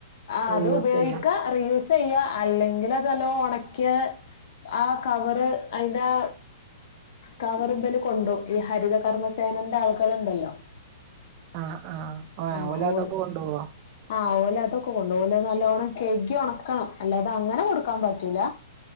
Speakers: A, on the left; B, on the right.
A: ആഹ്
B: റീയൂസ്
A: അതു ഉപയോഗിക്കാ
B: ചെയ്യാ
A: റിയൂസ് ചെയ്യാ അല്ലെങ്കിൽ അതല്ലോ ഒണക്ക്യാ ആഹ് കവറ് അയിന്റാ കവറുബല് കൊണ്ടോ ഈ ഹരിത കർമ്മസേനന്റെ ആളുകൾ ഉണ്ടല്ലോ
B: ആഹ് ആഹ്
A: ആഹ്
B: ഓലതൊക്കെ
A: ഓൽ
B: കൊണ്ടോവോ
A: ആഹ് ഓലതൊക്കെ കൊണ്ടോവും ഓലെഅ് നല്ലോണ്ണം കയ്കി ഉണക്കണം അല്ലാതെ അങ്ങനെ കൊടുക്കാൻ പറ്റൂല